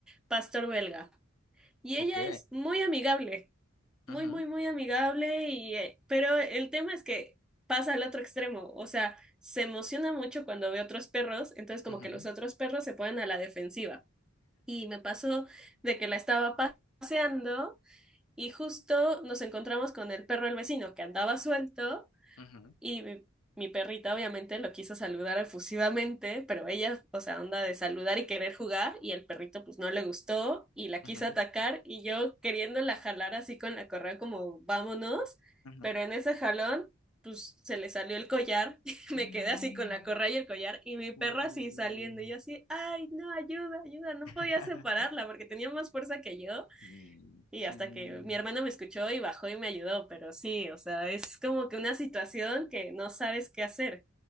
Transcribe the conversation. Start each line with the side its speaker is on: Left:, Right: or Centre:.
Centre: pastor belga. Y
Left: Ok.
Centre: ella es muy amigable.
Left: Ujú,
Centre: muy, muy, muy amigable y, eh, pero el tema es que pasa al otro extremo, o sea, se emociona mucho cuando ve otros perros, entonces como
Left: ujú,
Centre: que los otros perros se ponen a la defensiva. Y me pasó de que la estaba paseando y justo nos encontramos con el perro del vecino que andaba suelto
Left: ujú,
Centre: y mi, mi perrita obviamente lo quiso saludar efusivamente, pero ella, o sea, onda de saludar y querer jugar, y el perrito pues no le gustó y la
Left: ujú,
Centre: quiso atacar y yo queriéndola jalar así con la correa como vámonos,
Left: ujú.
Centre: pero en ese jalón pues se le salió el collar, <laughs> y
Left: Mm,
Centre: me quedé así con la correa y el collar y mi perro
Left: uh.
Centre: así saliendo y yo así, ay, no, ayuda, ayuda, no
Left: <laughs>
Centre: podía separarla porque tenía más fuerza que yo.
Left: Mm,
Centre: Y
Left: Sí,
Centre: hasta que mi hermano me escuchó y bajó y me ayudó, pero sí, o sea, es como que una situación que no sabes qué hacer.